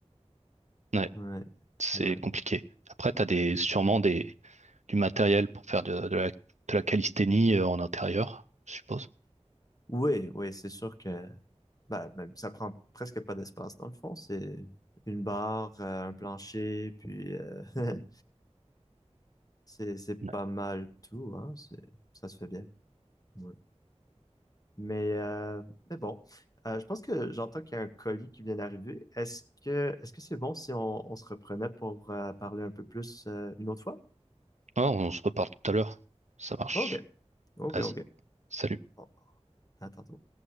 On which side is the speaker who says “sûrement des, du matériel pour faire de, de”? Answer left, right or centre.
Right